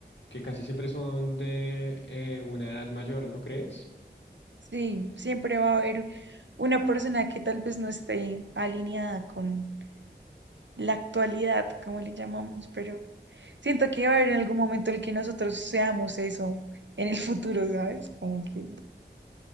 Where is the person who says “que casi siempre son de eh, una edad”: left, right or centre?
Left